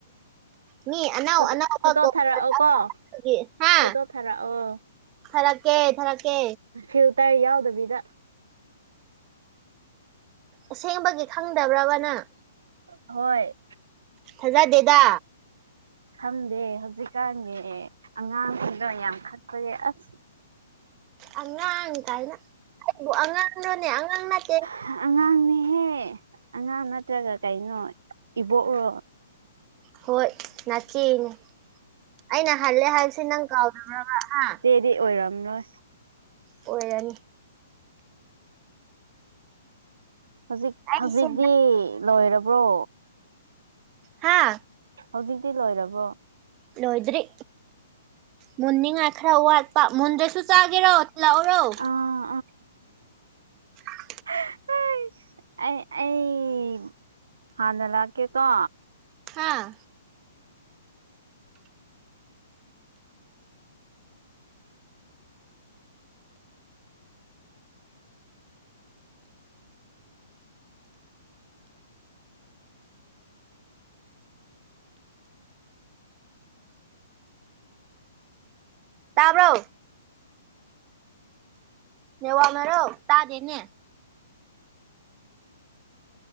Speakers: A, on the right; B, on the right.
A: ꯃꯤ ꯑꯅꯧ
B: ꯐꯣꯇꯣ
A: ꯑꯅꯧꯕ
B: ꯐꯣꯇꯣ
A: ꯀꯣꯜ
B: ꯊꯥꯔꯛꯑꯣꯀꯣ
A: ꯇꯧꯔꯛ <unintelligible> ꯍꯥ
B: ꯐꯣꯇꯣ ꯊꯥꯔꯛꯑꯣ
A: ꯊꯔꯛꯀꯦ ꯊꯔꯛꯀꯦ
B: ꯐꯤꯜꯇꯔ ꯌꯥꯎꯗꯕꯤꯗ
A: ꯑꯁꯦꯡꯕꯒꯤ ꯈꯪꯗꯕ꯭ꯔꯕꯥ ꯅꯪ
B: ꯍꯣꯏ
A: ꯊꯥꯖꯗꯦꯗꯥ
B: ꯈꯪꯗꯦ ꯍꯧꯖꯤꯛꯀꯥꯟꯒꯤ ꯑꯉꯥꯡꯁꯤꯡꯗꯣ ꯌꯥꯝ ꯈꯠꯄꯅꯦ ꯑꯁ
A: ꯑꯉꯥꯡ ꯀꯥꯏꯅ ꯑꯩꯕꯨ ꯑꯉꯥꯡꯔꯥꯅ‌ꯦ ꯑꯉꯥꯡ ꯅꯠ
B: ꯍ ꯑꯉꯥꯡꯅꯦꯍꯦ ꯑꯉꯥꯡ ꯅꯠꯇ꯭ꯔꯒ ꯀꯩꯅꯣ ꯏꯕꯣꯛꯔꯣ
A: ꯍꯣꯏ ꯅꯆꯦꯅꯦ ꯑꯩꯅ ꯍꯜꯂꯦ ꯍꯥꯏꯜꯁꯦ ꯅꯪ ꯀꯥꯎꯗꯕ꯭ꯔꯕꯥ ꯍꯥ
B: ꯗꯤ ꯑꯣꯏꯔꯝꯅꯣꯏ
A: ꯑꯣꯏ ꯌꯥꯅꯤ
B: ꯍꯧꯖꯤꯛ
A: ꯑꯩꯁꯦ
B: ꯍꯧꯖꯤꯛꯇꯤ ꯂꯣꯏꯔꯕ꯭ꯔꯣ
A: ꯍꯥꯥ
B: ꯍꯧꯖꯤꯛꯇꯤ ꯂꯣꯏꯔꯕ꯭ꯔꯣ
A: ꯂꯣꯏꯗ꯭ꯔꯤ ꯃꯨꯟꯅꯤꯡꯉꯥꯏ ꯈꯔ ꯋꯥꯠꯄ ꯃꯨꯟꯗ꯭ꯔꯁꯨ ꯆꯥꯒꯦꯔꯣ ꯊꯤꯜꯂꯛꯎꯔꯣ
B: ꯑꯥ
A: <unintelligible>
B: ꯍ ꯑꯩ ꯑꯩ ꯑꯩ ꯍꯥꯟꯅ ꯂꯥꯛꯀꯦꯀꯣ
A: ꯍꯥꯥ ꯇꯥꯕ꯭ꯔꯣ ꯅꯦꯠꯋꯥꯛꯅꯔꯣ ꯇꯥꯗꯦꯅꯦ